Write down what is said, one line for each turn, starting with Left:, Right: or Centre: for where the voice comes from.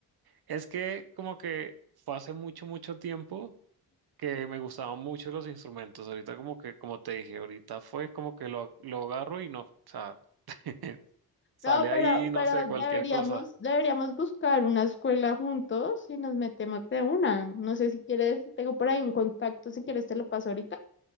Right: Es que como que fue hace mucho, mucho tiempo que me gustaban mucho los instrumentos. Ahorita como que, como te dije, ahorita fue como que lo, lo agarro y no. O sea, <laughs> sale
Left: No, pero,
Right: ahí, no
Left: pero
Right: sé, cualquier
Left: deberíamos,
Right: cosa.
Left: deberíamos buscar una escuela juntos y nos metemos de una. No sé si quieres, tengo por ahí un contacto, si quieres te lo paso ahorita.